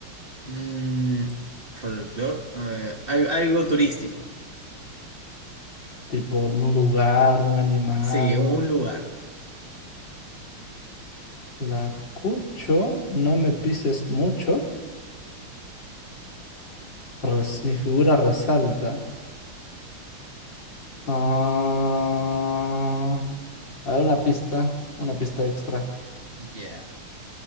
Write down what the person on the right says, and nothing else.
Mm, folclore, eh, al- algo turístico.
Sí, un lugar.
Ya.